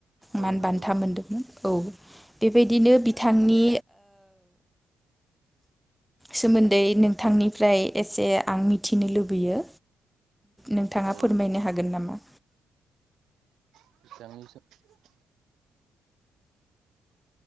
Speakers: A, on the right; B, in the centre.
A: औ
B: मान
A: नंगौ
B: बान्था मोनदोंमोन औ बेबायदिनो बिथांनि सोमोन्दै नोंथांनिफ्राय एसे आं मि मिथिनो लुबैयो नोंथाङा
A: औ
B: फोरमायनो हागोन नामा।
A: <inaudible>